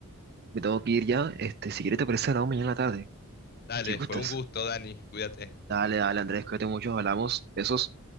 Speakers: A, on the right; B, on the left.
A: me tengo que ir ya. Este, si quieres te parece, hablamos mañana en la tarde.
B: Dale,
A: Si gustas.
B: fue un gusto, Dani. Cuídate.
A: Dale, dale, Andrés, cuídate mucho, hablamos. Besos.